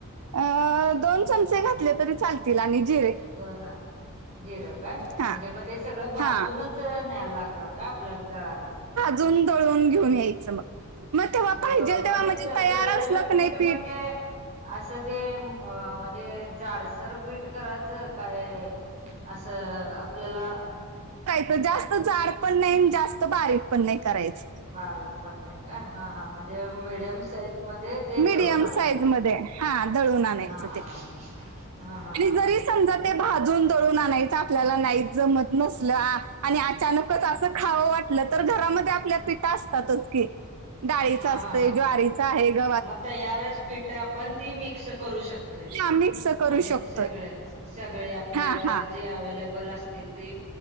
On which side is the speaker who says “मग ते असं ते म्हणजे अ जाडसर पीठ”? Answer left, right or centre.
Right